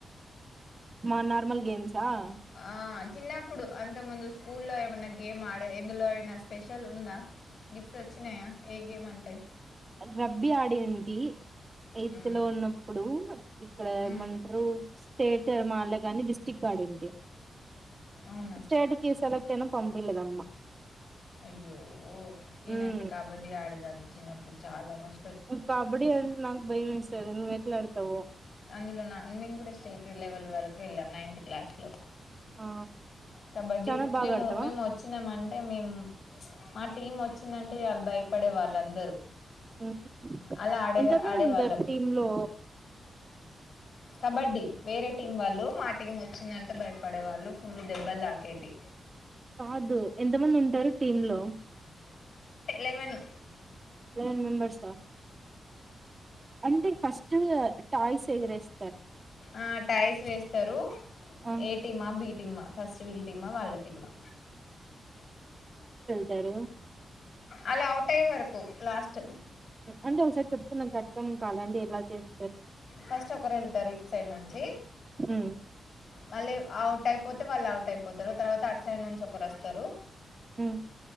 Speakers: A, on the right (about 30°); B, on the left (about 60°).
A: మా నార్మల్ గేమ్సా ఆ
B: ఆ చిన్నప్పుడు అంత ముందు స్కూల్లో ఏమన్నా గేమ్ ఆడ ఎందులో అయినా స్పెషల్ ఉందా గిఫ్ట్స్ వచ్చినాయా ఏ గేమ్ అం ఎ
A: రబ్బీ ఆడింటి ఎయిత్
B: ఉమ్,
A: లో ఉన్నప్పుడు ఇక్కడ ఏమంటారు
B: ఉమ్,
A: స్టేట్ ఏం ఆడలే కాని డిస్టిక్ట్ ఆడింటి
B: అవునా
A: స్టేట్ కి సెల టెన్నమ్ పంపిలేదు అమ్మా
B: అయ్యో నేనైతే
A: హ్మ్
B: కబడ్డీ ఆడదాన్నీ చిన్నప్పు ఇప్పుడు చాలా కష్ట
A: కబడ్డీ అంటే నాకు భయం వేస్తాది నువ్వు ఏట్లా అడుతవో
B: అందులో నాన్ మింగ్ కూడా స్టేట్ లెవెల్ వరకు వెళ్ళాం నైన్త్ క్లాస్ లో
A: ఆ
B: కబడ్డీ
A: చానా బాగా
B: మేము
A: ఆడతావా
B: మేము వచ్చినామంటే అంటే మేము మా టీం వచ్చిందంటే అంటే వాళ్లు భయపడే వాళ్ళందరూ
A: హ్మ్.
B: అలా ఆడేది
A: ఎంతమంది
B: ఆడేవాళ్ళం
A: ఉంటారు టీమ్ లో
B: కబడ్డీ వేరే టీ వాళ్ళు మాటీం వచ్చిందంటే భయపడే వాళ్ళు ఫుల్లు దెబ్బలు తాకేటి
A: కాదు ఎంత మంది ఉంటారు. టీమ్ లో
B: లెవెను
A: లెవెన్ మెంబెర్స్ ఆ అంటే ఫస్ట్ టాయ్స్ ఎగ్రెస్
B: ఆ టాయ్స్ వేస్తారు
A: ఆ
B: ఏ టీమా, బి టీమా, ఫస్ట్ వీళ్ళ టీమా, వాళ్ళ టీమా.
A: తారు
B: అలా అవుట్ అయ్యే వరకు లాస్ట్
A: అంటే ఒకసారి చెప్తున్నా కటఖం కాలాండి ఎలా చేస్
B: ఫస్ట్ ఒకరు ఏళ్తారు ఇట్ సైడ్ నుంచి
A: హ్మ్
B: మళ్ళీ అవుట్ అయిపోతే వాళ్ళు అవ్ అయిపోతారు. తర్వాత అటు సైడ్ నుంచి ఒకరు వస్తరు.
A: ఉహ్